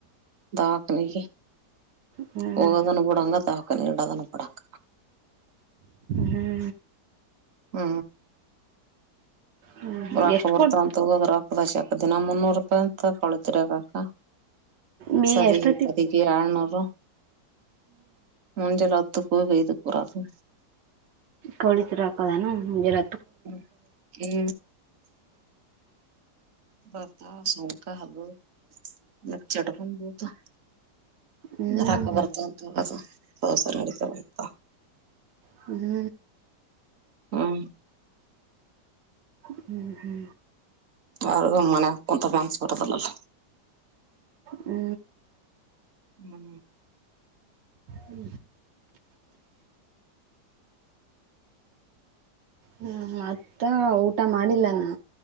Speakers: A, on the right; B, on the right.
A: ದವಕನಿಗೆ
B: ಹ್ಞೂ
A: ಹೋಗದಾನ ಬಿೂಡಂಗ ದೇವಕನಿಗೆ ತಾಕ ನೀ ಇಡ ತಾನೂ ಬಿೂಡಾಂಗ
B: ಹೂ
A: ಹೂ
B: ಹ್ಞೂ
A: ರೊಕ್ಕ
B: ಎಷ್ಟು
A: ಬರ್ತಂತಗೋದ್ರಕ್ಕ
B: ಕೊಟ್ಟು
A: ಶಪ ದಿನ ಮುನ್ನೂರು ರೂಪಾಯಿ ಅ ತಗೊಳ್ತಿರ ಅಗಕ್ಕ
B: ಮೇ
A: ಸದಗೆಿ
B: ಎಷ್ಟೊತ್ತಿಗೆ
A: ಪದಿಗೆಿ ಆಳ್ನೂರು ಮುಂಜಲ ಹೊತ್ತು ಹ ಇದು ಬರೋದು
B: ಕೋಳಿ ರಾಕೋದ ನ ಗುಜರಾ
A: ್ಮ ಹೂ ಬತ ಸೌಕ ಹದು ಮ ಚಟಕೊಂಡ ಬೀಳ್ತವು
B: ಹ್ಞೂ
A: ನ ಹಾಕೊ ಬರ್ತಂತ ದೋಸ ನಡತವೆಂತ
B: ಹೂ
A: ಹೂ
B: ಹೂ ಹೂ
A: ಅವರು ಮನೆ ಒಂತ ಮಾನ್ಸ್ಪಟ್ಟದಲ್ಲಲ್ಲ
B: ಹೂ
A: ಹೂ
B: ಹೂ ಹೂ ಮತ್ತ ಊಟ ಮಾಡಿಲ್ಲ ನಾ